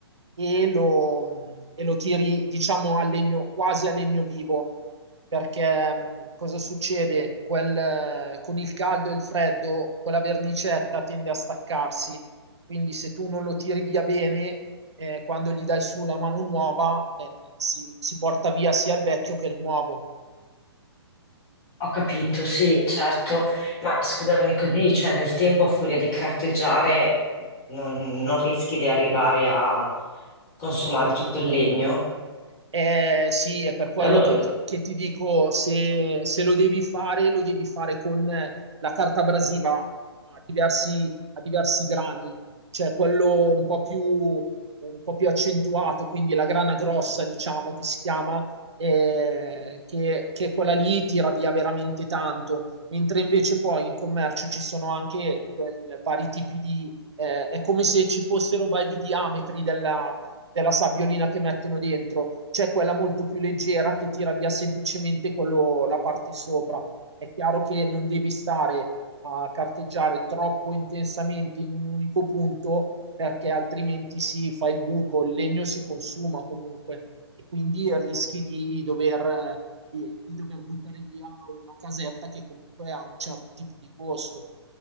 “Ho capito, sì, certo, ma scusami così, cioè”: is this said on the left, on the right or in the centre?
Left